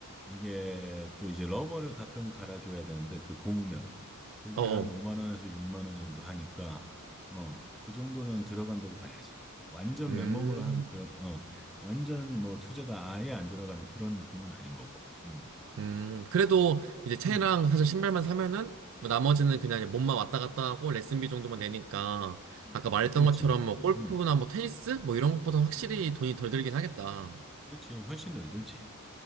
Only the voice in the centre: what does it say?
이게 또 이제 러버를 가끔 갈아줘야 되는데 그 고무면 그게
한 5만 원에서 6만 원 정도 하니까 어 그 정도는 들어간다고 봐야지 완전
맨몸으로 하는 그런 어 완전 뭐 투자가 아예 안 들어가는 그런 느낌은 아닌 거고 음
음,
음,
음,
음.
그렇지
음,
음.
그렇지 훨씬 덜 들지